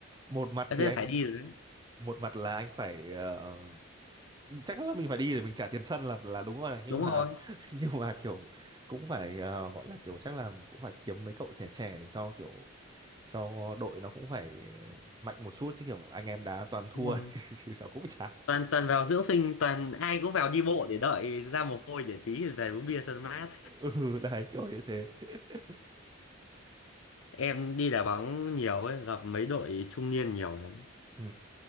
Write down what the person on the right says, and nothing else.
một mặt
thì
anh
một mặt là anh phải ờ, chắc là mình phải đi để mình trả tiền sân là là đúng rồi này nhưng
mà
<laughs> nhưng mà kiểu cũng phải ờ, gọi là kiểu chắc là cũng phải kiếm mấy cậu trẻ trẻ để cho kiểu cho đội nó cũng phải mạnh một chút chứ kiểu anh em đá toàn thua
<laughs> thì nó cũng chán
<laughs> ừ đấy kiểu như thế <laughs>
ừ